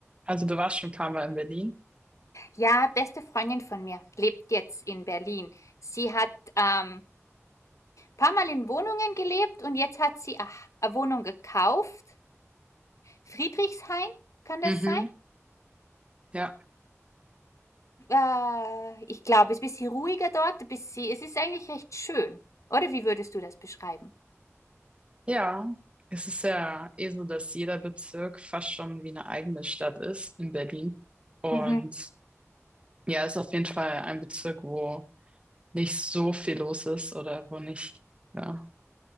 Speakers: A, on the right; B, on the left.
A: Also du warst schon ein paar Mal in Berlin.
B: Ja, beste Freundin von mir lebt jetzt in Berlin. Sie hat ähm, paar Mal in Wohnungen gelebt und jetzt hat sie ach, eine Wohnung gekauft. Friedrichshain, kann das
A: Mhm,
B: sein?
A: ja.
B: Äh, ich glaube, es ist ein bisschen ruhiger dort. Bis sie, es ist eigentlich recht schön. Oder wie würdest du das beschreiben?
A: Ja, es ist ja eh so, dass jeder Bezirk fast schon wie eine eigene Stadt ist in Berlin. Und
B: Mhm.
A: ja, ist auf jeden Fall ein Bezirk, wo nicht so viel los ist oder wo nicht, ja.